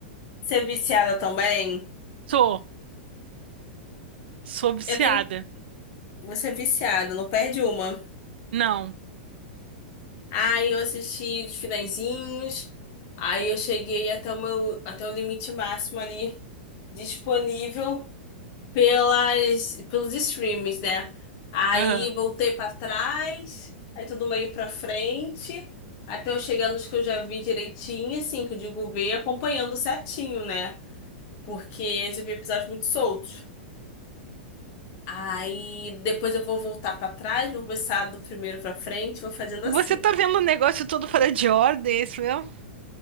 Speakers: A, on the left; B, on the right.
A: Você é viciada também?
B: Sou. Sou viciada.
A: Eu tenho... Você é viciada, não perde uma.
B: Não.
A: Aí eu assisti os finalzinhos, aí eu cheguei até o meu... até o limite máximo ali disponível pelas, pelos streams, né? Aí
B: Aham.
A: voltei pra trás, aí tudo meio pra frente, até eu chegar nos que eu já vi direitinho, assim, que eu digo ver, acompanhando certinho, né? Porque eles vi episódios muito soltos. Aí depois eu vou voltar pra trás, vou começar do primeiro pra frente, vou fazendo
B: Você
A: assim.
B: tá vendo o negócio todo fora de ordem, é isso mesmo?